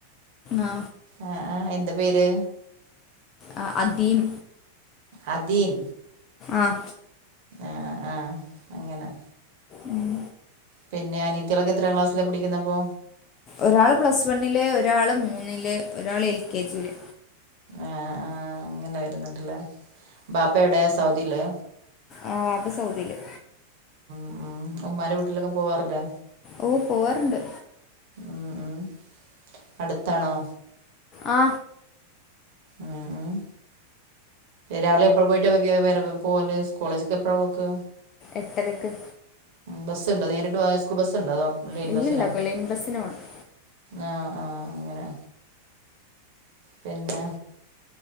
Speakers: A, on the left (about 30°); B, on the right (about 50°).
A: ആ
B: ആഹ എന്താ പേര്?
A: അ അദീം.
B: അദീം?
A: ആഹ.
B: ആ ആ അങ്ങനെ.
A: ഉം
B: പിന്നെ അനിയത്തികളൊക്കെ എത്രാം ക്ലാസ്സിലാ പഠിക്കുന്നപ്പോ?
A: ഒരാള് പ്ലസ് വണ്ണില് ഒരാള് മൂന്നില് ഒരാള് എൽ കെ ജിയില്.
B: ആ ആ അങ്ങനെ വരുന്നുണ്ടല്ലേ ബാപ്പ എടെ സൗദിയില്?
A: ആ വാപ്പ സൗദീല്.
B: ഉം ഉമ്മാന്റെ വീട്ടിലൊക്കെ പോവാറില്ലേ?
A: ഓ പോവാറുണ്ട്.
B: ഉം ഉം അടുത്താണോ?
A: ആ
B: ഉം ഉം രാവിലെ എപ്പഴാ പോയിട്ടാവക്ക വരവ് പോവല് കോളേജക്ക് എപ്പഴാ പോക്ക്?
A: എട്ടരക്ക്.
B: ബസ്സൊണ്ടോ നേരിട്ട് പോയാസ്കൂ ബസ്സൊണ്ടോ അതോ? ലൈൻ
A: ഇല്ലില്ല
B: ബസ്സിനോ
A: ക്ക് ലൈൻ ബസ്സിനുപോണം.
B: ആ ആ അങ്ങനെ പിന്നെ